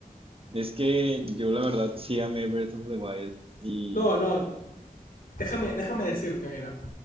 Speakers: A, on the right (about 40°); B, on the left (about 70°).
A: Es que yo la verdad sí amé Breath of the Wild. Y
B: No, no, Déjame, déjame decirte, mira.